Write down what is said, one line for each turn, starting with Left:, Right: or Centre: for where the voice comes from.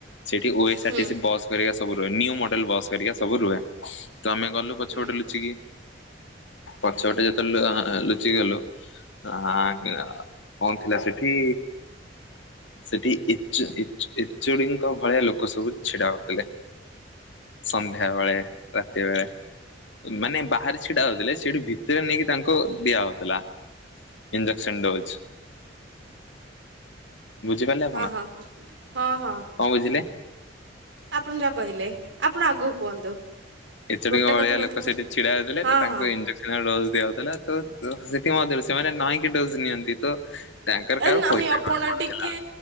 Left: ସେଇଠି ଓ ଏସ୍
Right: ହୁଁ
Left: ଆର ଟିସି ବସ୍ କରିକ ସବୁ ରୁହେ ନିୁ ମଡେଲ ବସ କରିକ ସବୁ ରୁହେ ତ ଆମେ ଗଲୁ ପ ପଛ
Right: ହୁଁ ହୁଁ
Left: ଗଟେ
Right: ହୁଁ
Left: ଲୁଚିକି ପଛ ଗଟେ ଯେତେଳେ ଲୁଚିକି ଗଲୁ ହଁ କଣ ଥିଲା ସେଠି ସେଠି ଚଚୁଡିଙ୍କ ଭଳିଆ ଲୋକ ସବୁ ଛିଡା ହଉଥିଲେ। ସନ୍ଧ୍ୟାବେେଳେ ରାତି ବେଳେ। ମାନେ ବାହାରେ ସେଟା ହଉଥିଲେ ସେଠି ଭିତରେ ନେଇକି ତାଙ୍କୁ ଦିଆ ହଉଥିଲା। Injection dose. ବୁଝିପାରିଲେ ଆପଣ
Right: ହଁ ହଁ କୁହ। ହଁ ହଁ
Left: କଣ ବୁଝିଲେ?
Right: ଆପଣ ଯା କହିଲେ ଆପଣ ଆଗୁକୁ କୁହନ୍ତୁ।
Left: ଏତ
Right: ଗୋଟେ
Left: ଟୁ ଭଳିଆ
Right: କଥା କହିଥିବେ।
Left: ଲୋକ ସେଠି ଛିଡା ହେଉଥିଲେ
Right: ହଁ
Left: ତ ତାଙ୍କୁ
Right: ହଁ।
Left: ଇଞ୍ଜେସ ଡଜ ଦିଆଉଥିଲା ତ ସେଥିମରେ ସେମାନେ ନାଇଁକି ଡୋଜ ନିଅନ୍ତି ତ ତାଙ୍କର କାହାର
Right: ଏ ନାହିଁ
Left: ପଇସା
Right: ଆପଣ
Left: ଗଳି ପଡିଥିଲା
Right: ଟିକେ